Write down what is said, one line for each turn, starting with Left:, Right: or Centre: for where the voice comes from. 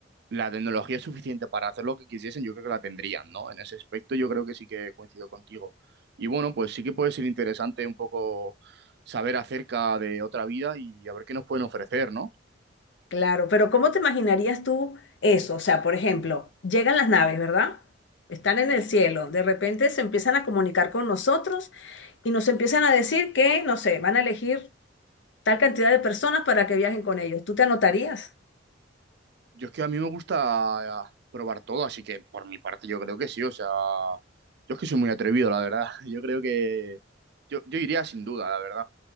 Right: la tecnología es suficiente para hacer lo que quisiesen, yo creo que la tendrían, ¿no? En ese aspecto yo creo que sí que coincido contigo. Y bueno, pues sí que puede ser interesante un poco saber acerca de otra vida y a ver qué nos pueden ofrecer, ¿no?
Left: Claro, pero ¿cómo te imaginarías tú eso? O sea, por ejemplo, llegan las naves, ¿verdad? Están
Right: Ujú.
Left: en el cielo, de repente se empiezan a comunicar con nosotros y nos empiezan a decir que, no sé, van a elegir tal cantidad de personas para que viajen con ellos. ¿Tú te anotarías?
Right: Yo es que a mí me gusta eh, probar todo, así que por mi parte yo creo que sí, o sea, yo es que soy muy atrevido, la verdad. <laughs> Yo creo que yo, yo iría sin duda, la verdad.